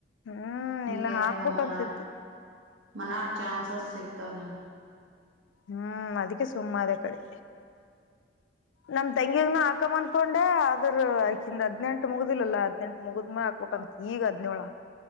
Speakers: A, on the left; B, on the right.
A: ಹ್ಮ್
B: ಈಗೇನೇ
A: ಇಲ್ಲ ಹಾಕ್ಬೇಕಂತಿತ್ತು
B: ನ ಮನಾರ್ ಮನಾರ್ ಚಾನ್ಸಸ್ ಸಿಗ್ತಾವನೇನು
A: ಹ್ಮ್ ಅದಕ್ಕೆ ಸುಮ್ಮ ಅದ ಕಡೆ ನಮ ತಂಗಾಗನು ಆ ಮಂದಕೊಂಡೆ ಆದದ್ರ ಆಕಿಂದ ಹಾದಿನೆಂಟು ಮುಗ್ದಿಲ್ಲಲ್ಲಾ ಹದ್ನೆಂಟ್ ಮುಗಿದ್ಮೇ ಹಾಕ್ಬೇಕಕ್ಂತ ಈಗ ಹದ್ನೋಳ.